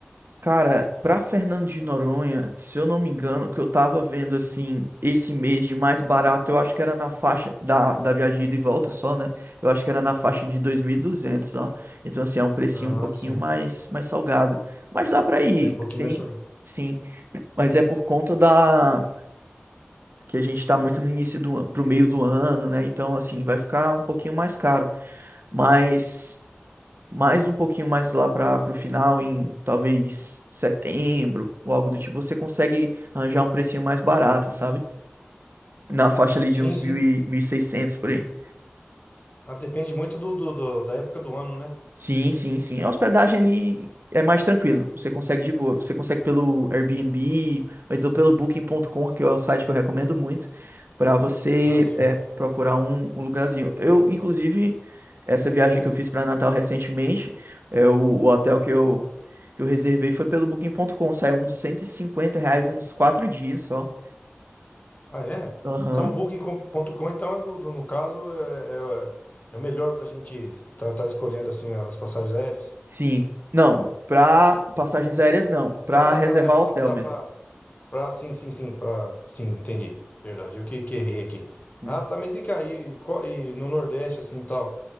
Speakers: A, on the right; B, on the left.
A: Cara, pra Fernando de Noronha, se eu não me engano, o que eu tava vendo assim, esse mês de mais barato, eu acho que era na faixa da, da viagem de ida e volta só, né? Eu acho que era na faixa de 2.200, ó. Então, assim, é um precinho
B: Ah,
A: um pouquinho
B: sim.
A: mais, mais salgado. Mas dá pra ir,
B: É um pouquinho
A: tem,
B: mais salgado.
A: sim. Mas é por conta da. Que a gente tá muito no início do ano, pro meio do ano, né? Então, assim, vai ficar um pouquinho mais caro. Mas mais um pouquinho mais lá para o final, em talvez setembro ou algo do tipo, você consegue arranjar um precinho mais barato, sabe? Na faixa ali
B: Sim,
A: de uns
B: sim.
A: mil e mil e seiscentos por aí.
B: Ah, depende muito do, do- do- da época do ano, né?
A: Sim, sim, sim. A hospedagem ali é mais tranquilo. Você consegue de boa. Você consegue pelo Airbnb, ou então pelo Booking.com, que é um site que eu recomendo muito, para você
B: Ah, sim.
A: é, procurar um, um lugarzinho. Eu, inclusive, essa viagem que eu fiz para Natal recentemente, é, o, o hotel que eu, que eu reservei foi pelo Booking.com. Saiu uns 150 reais, uns quatro dias só.
B: Ah, é?
A: Aham.
B: Então, o Booking.com, então, no, no- no caso, é, é- é o melhor para a gente estar escolhendo assim as passagens aéreas.
A: Sim. Não, para passagens aéreas não. Para
B: Ah, tá,
A: reservar
B: tá, é para
A: hotel
B: para
A: mesmo.
B: para sim, sim, sim, para sim, entendi. Verdade, eu que, que errei aqui.
A: Uhum.
B: Ah, tá, mas vem cá, e, qual- e no Nordeste, assim, tal,